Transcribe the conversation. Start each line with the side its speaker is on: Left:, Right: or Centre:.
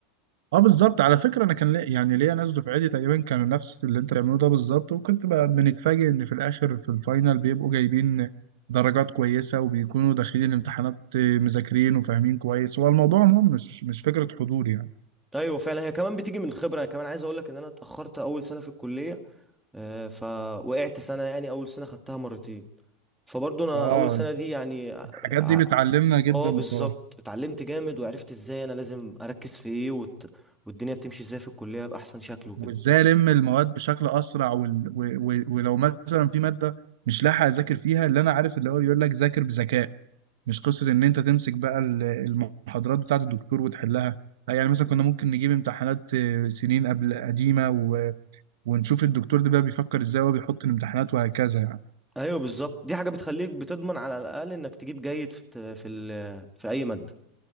Right: اه بالظبط على فكره انا كان لي يعني ليا ناس دفعتي تقريبا كانوا نفس اللي انت بتعمله ده بالظبط وكنت بقى بنتفاجئ ان في الاخر في الفاينل بيبقوا جايبين درجات كويسه وبيكونوا داخلين الامتحانات آه، مذاكرين وفاهمين كويس هو الموضوع عموما مش مش فكره حضور يعني
Centre: ايوه فعلا هي كمان بتيجي من الخبره أنا كمان عايز اقول لك ان انا اتاخرت اول سنه في الكليه آه، فوقعت سنة يعني أول سنة خدتها مرتين فبرضه أنا
Right: اه
Centre: أول سنة دي يعني ع-
Right: الحاجات
Centre: ع-
Right: دي بتعلمنا جدا
Centre: اه بالظبط
Right: بصراحة
Centre: اتعلمت جامد وعرفت ازاي أنا لازم أركز في ايه والت... والدنيا بتمشي ازاي في الكلية بأحسن شكل وكده
Right: وازاي الم المواد بشكل اسرع وال... و... و... ولو مثلا في مادة مش لاحق اذاكر فيها اللي انا عارف اللي هو بيقول لك ذاكر بذكاء مش قصة ان انت تمسك بقى ال- المحاضرات بتاعة الدكتور وتحلها آه، يعني مثلا كنا ممكن نجيب امتحانات آه، سنين قبل قديمة و... ونشوف الدكتور ده بقى بيفكر ازاي وهو بيحط الامتحانات وهكذا يعني.
Centre: ايوه بالظبط دي حاجة بتخليك بتضمن على الأقل إنك تجيب جيد في الت- في ال... في أي مادة